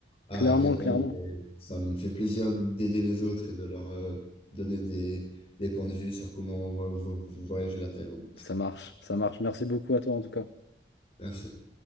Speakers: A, on the left (about 35°); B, on the left (about 80°).
A: à
B: clairement,
A: répondre.
B: clairement.
A: Et ça me fait plaisir d'aider les autres et de leur euh, donner des, des points de vue sur comment vo- vo- voyager la Thaïlande.
B: Ça marche, ça marche. Merci beaucoup à toi, en tout cas.
A: Merci.